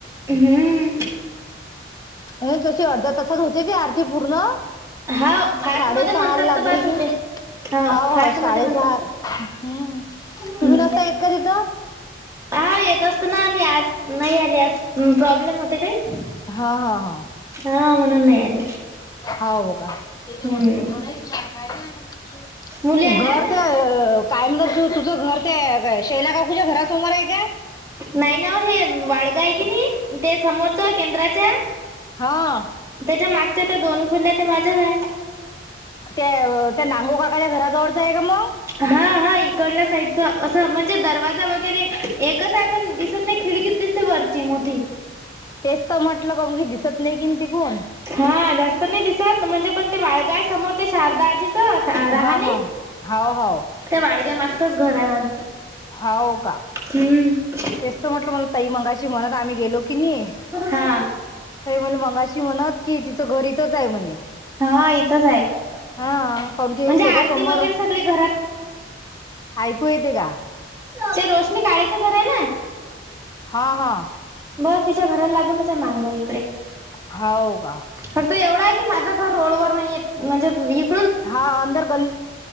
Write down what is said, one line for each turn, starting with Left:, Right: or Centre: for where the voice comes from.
Right: हम्म.
Left: अ तशी अर्ध्या तासात होते की आरती पूर्ण.
Right: हा फास्ट
Left: साडेसहाला
Right: मध्ये म्हणतात
Left: लागली
Right: तर बात
Left: की
Right: होते. हा
Left: हाव
Right: फास्ट
Left: हाव
Right: म्हणता
Left: साडेसहा हम्म
Right: हम्म.
Left: तुम्ही नसता येत का तिथं
Right: हा येत असतो ना आम्ही आज नाही आले आज प्रॉब्लेम होते काही.
Left: हा हा हा....
Right: हा म्हणून नाही आले.
Left: हो का. <unintelligible>
Right: हम्म मुली आल्या
Left: घर
Right: होत्या
Left: त्या
Right: माझ्या
Left: अ. काय म्हण तू तुझं घर ते शैला काकूच्या घरासमोर आहे काय.
Right: नाही ना हे वाडगा आहे की नाही ते समोरचं केंद्राच्या.
Left: हा...
Right: त्याच्या मागच्या त्या दोन खोल्या त्या माझ्याच आहे.
Left: त्या त्या नांगो काकाच्या घराजवळचं आहे का मग.
Right: हा हा इकडला साईड. असं म्हणजे दरवाजा वगैरे एकच आहे, पण दिसत नाही खिडकीत दिसते वरची मोठी.
Left: तेच तर म्हटलं कोण क दिसत नाही कि त पण.
Right: हा जास्त नाही दिसत म्हणजे पण ते वाळगाय समोर ते शारदा आजीच तिथं. राहा
Left: हा
Right: ने
Left: हा हाव हाव
Right: त्या वाडग्या मागचच घर आहे माझ.
Left: हा होव का.
Right: हम्म....
Left: तेसत म्हटलं म्हला ताई मंगाशी म्हणत आम्ही गेलो की नाही
Right: हा
Left: ताई मंगाशी. की म्हणत तिचं घर इथंच आहे म्हणे.
Right: हा इथंच आहे.
Left: हा कोणती
Right: म्हणजे
Left: गोष्ट त्याच्या
Right: आरती
Left: समोर
Right: वगैरे सगळे घरात
Left: ऐकू येतय का.
Right: ते रोशनी काळेचं घर आहे ना.
Left: हा हा
Right: बघ तिच्या घराला लागूनच आहे मागलोई.
Left: हा हो का.
Right: फक्त एवढं आहे की माझं घर रोडवर नाहीयेत म्हणजे येत.
Left: हा अंदर गल्ली,